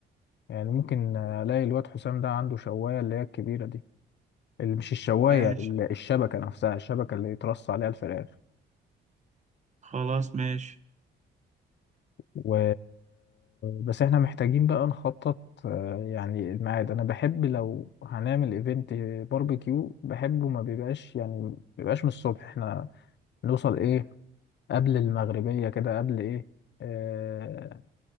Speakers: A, on the left; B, on the right.
A: يعني ممكن الاقي الواد حسام ده عنده شواية اللي هي الكبيرة دي اللي مش الشواية
B: ماشي
A: ال- الشبكة نفسها الشبكة اللي يترص عليها الفراخ
B: خلاص ماشي
A: و بس احنا محتاجين بقى نخطط آه، يعني الميعاد انا بحب لو هنعمل ايفنت باربيكيو بحبه ما بيبقاش يعني ما بيبقاش من الصبح احنا نوصل ايه قبل المغربية كده قبل ايه آه،